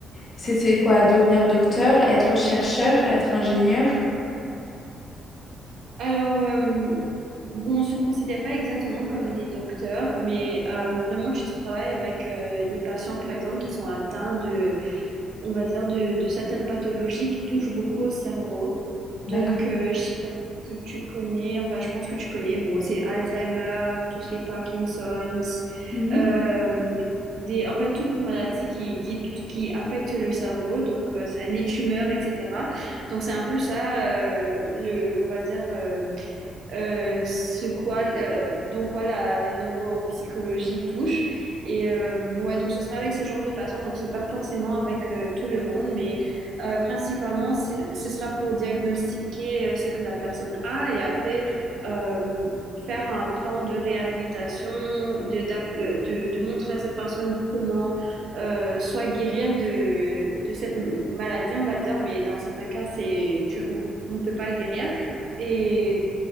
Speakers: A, on the left; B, on the right.
A: c'est c'est quoi, devenir docteur, être chercheur, être ingénieur?
B: Alors, euh, bon, on se considère pas exactement comme des docteurs, mais euh, vraiment, tu travailles avec euh, des patients, par exemple, qui sont atteints de, on va dire, de, de certaines pathologies qui touchent beaucoup au cerveau. Donc,
A: D'accord.
B: euh, je sais pas si tu connais, enfin, je pense que tu connais, bon, c'est Alzheimer, tout ce qui est Parkinson's,
A: Mhm.
B: euh, des, en fait, toute maladie qui, qui, qui affecte le cerveau, donc euh, ça- les tumeurs, etc. Donc, c'est un peu ça, euh, le, on va dire... euh, euh, ce quoi, euh, dans quoi la, la neuropsychologie touche. Et euh, ouais, donc ce sera avec ce genre de patients, donc c'est pas forcément avec euh, tout le monde, mais euh, principalement c'est- ce sera pour diagnostiquer euh, ce que la personne a et après euh, faire un plan de réhabilitation, de, d'ap- euh, de, de montrer à cette personne comment euh, soit guérir de, de cette maladie, on va dire, mais dans certains cas, c'est, tu- on on ne peut pas guérir. Et